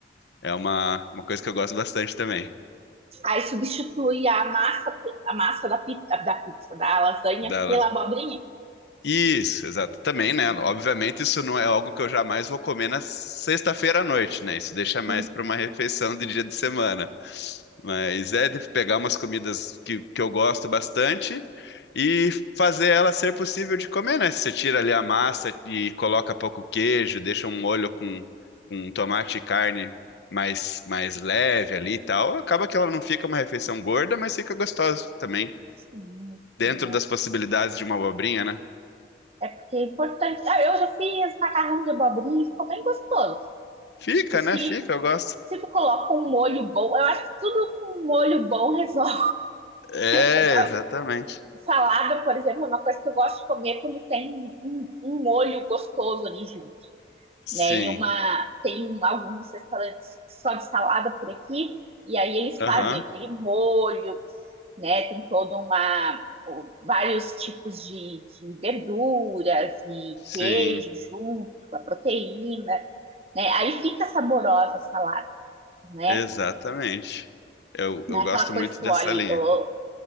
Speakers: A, on the left (about 75°); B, on the right (about 35°).
A: É uma, uma coisa que eu gosto bastante também.
B: Aí substitui a massa, a massa da pizza, da pizza, da lasanha
A: Da
B: pela abobrinha.
A: Isso, exato. Também,
B: Ah,
A: né? Obviamente, isso não é algo que eu jamais vou comer na sexta-feira à noite, né? Isso deixa mais
B: sim,
A: para uma refeição de dia de semana. Mas é de pegar umas comidas que, que eu gosto bastante e fazer ela ser possível de comer, né? Você tira ali a massa e coloca pouco queijo, deixa um molho com, com tomate e carne mais, mais leve ali e tal. Acaba que ela não fica uma refeição gorda, mas fica gostosa também,
B: sim,
A: dentro
B: sim.
A: das possibilidades de uma abobrinha, né?
B: É, é porque é importante. Ah, eu já fiz macarrão de abobrinha e ficou bem gostoso.
A: Fica,
B: Tipo, se,
A: né? Fica, eu gosto.
B: se tu coloca um molho bom, eu acho que tudo com um molho bom <laughs> resolve.
A: É,
B: Eu,
A: exatamente.
B: Salada, por exemplo, é uma coisa que eu gosto de comer quando tem um, um um molho gostoso ali junto,
A: Sim.
B: né? E uma tem alguns restaurantes só de salada por aqui, e aí eles
A: Aham.
B: fazem aquele molho, né? Tem toda uma vários tipos de, de verduras e
A: Sim,
B: queijo junto, a proteína, né? Aí fica saborosa a salada, né?
A: exatamente. Eu,
B: Não
A: eu
B: é
A: gosto
B: aquela coisa
A: muito
B: que tu
A: dessa
B: olha,
A: linha.
B: oh,